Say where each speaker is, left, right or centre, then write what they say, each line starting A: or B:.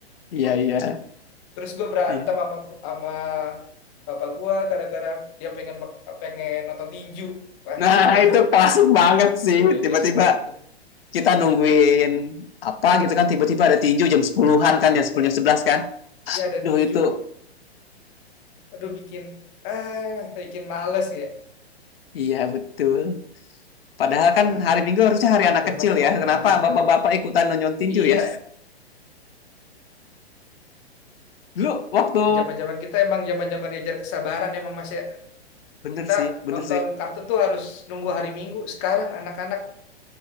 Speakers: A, on the left; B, on the left.
A: Iya iya.
B: terus gue berantem
A: Iya.
B: sama sama bapak gue gara-gara dia pengen pengen nonton tinju wah
A: Nah
B: itu
A: <laughs>
B: tuh
A: itu klasik banget sih.
B: tuh bete
A: Tiba-tiba
B: sih mas itu
A: kita nungguin apa gitu kan. Tiba-tiba ada tinju jam sepuluhan an kan. Jam 10
B: ya
A: jam 11 kan.
B: ya ada
A: Duh
B: tinju
A: itu.
B: aduh bikin ah bikin males ya
A: Iya betul. Padahal kan
B: wah
A: hari Minggu harusnya hari anak
B: zaman
A: kecil
B: emang
A: ya.
B: udah
A: Kenapa
B: berubah
A: bapak-bapak ikutan nonton tinju
B: iya
A: ya? Dulu waktu
B: zaman zaman kita emang zaman zaman diajar kesabaran emang mas ya
A: bener
B: kita
A: sih, bener
B: nonton
A: sih.
B: kartun tuh harus nunggu hari Minggu sekarang anak-anak